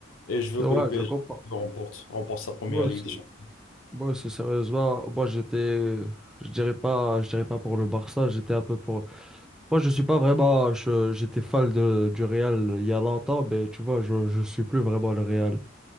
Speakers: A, on the left; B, in the centre.
A: et je veux
B: Ouais,
A: que le PSG
B: je comprends.
A: remporte, remporte sa première
B: Moi aussi.
A: Ligue des Champions.
B: Moi aussi, sérieusement, moi j'étais, je dirais pas, je dirais pas pour le Barça, j'étais un peu pour Moi, je suis pas vraiment. je- j'étais fan de, du Real il y a longtemps, mais tu vois, je, je suis plus vraiment le Real.